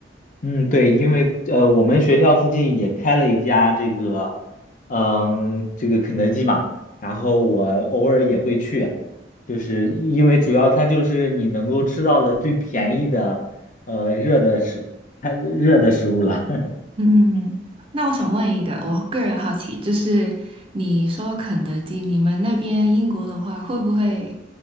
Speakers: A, on the left; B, on the right.
A: 嗯对，因为呃，我们学校附近也开了一家这个，嗯，这个肯德基嘛，然后我偶尔也会去，就是因为主要它就是你能够吃到的最便宜的，呃，热的食，它热的食物了。
B: 嗯嗯嗯，那我想问一个，我个人好奇，就是你说肯德基，你们那边英国的话，会不会